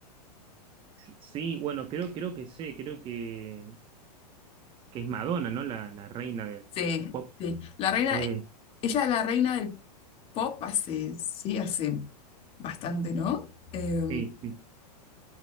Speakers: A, on the right; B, on the left.
A: Sí, bueno, creo, creo que sé, creo que, que es Madonna, ¿no? La, la reina del
B: Sí,
A: pop.
B: sí. La reina,
A: Eh,
B: ella es la reina del pop hace, sí, hace bastante, ¿no? Eh,
A: sí, sí.